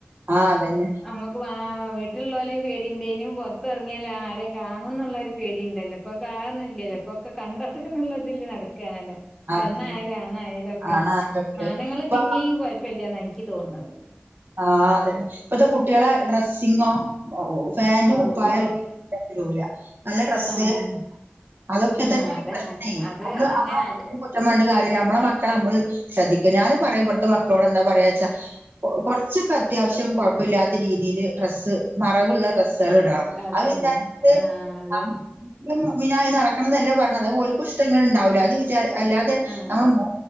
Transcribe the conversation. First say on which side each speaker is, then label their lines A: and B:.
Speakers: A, on the right (about 60°); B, in the centre.
A: ആ അതന്നെ
B: നമ്മുക്ക് വ വീട്ടിലുള്ളോലിം പേടിന്റെനു പോറത്ത് എറങ്ങിയാ ആ കാണന്നുള്ള ഒരു പേടിണ്ടല്ലോ ഇപ്പൊ കാണുന്നില്ലല്ലോ ഇപ്പൊക്കെ കണ്ടാതന്നെ ന്നുള്ളതില് നടക്കണല്ലോ
A: അതന്നെ
B: പെണ്ണായാലും ആണായാലും ഒക്കെ
A: ആണ് അതൊക്കെ
B: ആണ്ങ്ങള്
A: ഇപ്പ
B: പിന്നെയും കൊഴപ്പല്ല നായി ഇക്ക് തോന്ന്ന്നത്
A: ആ അതന്നെ ഇപ്പത്തെ കുട്ടിളെ ഡ്രെസ്സിങ്ങോ പാന്റ്
B: അള്ളോ
A: കുപ്പായല്ല ല നല്ല ഡ്രസ്സ്
B: ആഹ്
A: അതൊക്കെ
B: ആഹ്
A: തന്നെ
B: അതന്നെ
A: ഈ പ്രേശ്നെ
B: അത്
A: നമ്മള്
B: അങ്ങനെ
A: ആ
B: അത്
A: കുറ്റ <unintelligible> ണ്ട് കാര്യ നമ്മളെ മക്കളെ നമ്മള് ശ്രദ്ധിക്കാ ഞാനും പറയും ഇവട്ത്തെ മക്കളോട് എന്താ പറയാച്ചാ കോർച്ചൊക്കെ അത്യവശ്യം കൊയപ്പല്ലാതെ രീതിയില് ഡ്രസ്സ്‌ അളവുള്ള ഡ്രസ്സ്‌ള്ള്
B: ആഹ്
A: ഇടാം
B: അതന്നെ
A: അഹ് വിചാരിച്ച്
B: ആഹ് അതന്നെ
A: <unintelligible> മിനായി നടക്കണം ന്നല്ല പറിണത് ഓൽക്കും ഇഷ്ട്ടങ്ങള് ഉണ്ടാവൂല്ലേ അത് വിചാ അല്ലാതെ
B: ആഹ്
A: നമ്